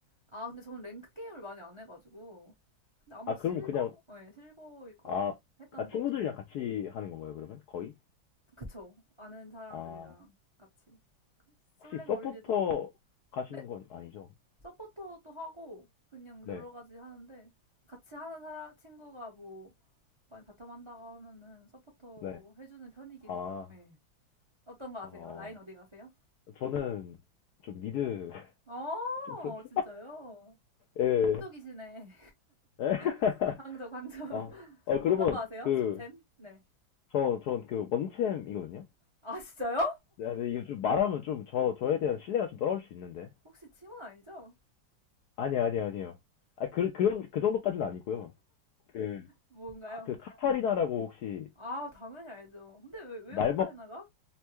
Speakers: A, on the right; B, on the left.
A: 아, 근데 저는 랭크 게임을 많이 안 해가지고. 근데 아마
B: 아,
A: 실버?
B: 그러면 그냥
A: 네, 실버일 거예요.
B: 아,
A: 했던
B: 아,
A: 것
B: 친구들이랑
A: 중에.
B: 같이 하는 건가요, 그러면? 거의?
A: 그쵸. 아는 사람들이랑
B: 아,
A: 같이. 솔랭
B: 혹시 서포터
A: 돌리도.
B: 가시는
A: 네,
B: 건 아니죠?
A: 서포터도 하고, 그냥
B: 네,
A: 여러 가지 하는데, 같이 하는 사람, 친구가 뭐, 많이 바텀 한다고 하면은 서포터
B: 네.
A: 해주는 편이긴
B: 아,
A: 해요. 네. 어떤 거 아세요?
B: 어,
A: 라인 어디 가세요?
B: 저는 좀 미드, <laughs>
A: 어,
B: 좀 그런데?
A: 진짜요?
B: 예, 예.
A: 황족이시네.
B: 예.
A: <laughs>
B: <laughs>
A: 황족, 황족. <laughs>
B: 아, 아,
A: 어떤
B: 그러면
A: 거 아세요?
B: 그,
A: 주템? 네.
B: 저, 전 그 원챔이거든요?
A: 아, 진짜요?
B: 네, 근데 이거 좀 말하면 좀 저, 저에 대한 신뢰가 좀 떨어질 수 있는데.
A: 혹시 팀원 아니죠?
B: 아니, 아니, 아니에요. 아, 그, 그런, 그 정도까지는 아니고요. 그,
A: 뭔가요?
B: 아, 그 카타리나라고 혹시
A: 아, 당연히 알죠. 근데 왜, 왜요,
B: 날먹
A: 카타리나가?